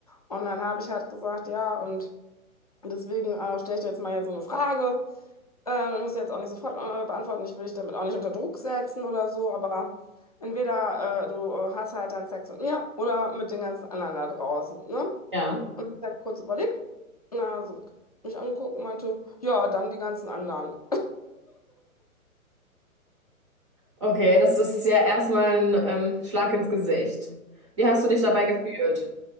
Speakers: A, on the left; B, on the right.
A: Und dann habe ich halt gesagt, ja, und deswegen äh, stelle ich dir jetzt mal hier so eine Frage. Äh, muss ich jetzt auch nicht sofort äh, beantworten. Ich will dich damit auch nicht unter Druck setzen oder so, aber entweder äh, du äh, hast halt dann Sex mit mir oder mit den ganzen anderen da draußen, ne?
B: Ja,
A: Und ich habe kurz überlegt, na, so mich angeguckt und meinte, ja, dann die ganzen anderen.
B: okay, das ist ja erstmal ein ähm, Schlag ins Gesicht. Wie hast du dich dabei gefühlt?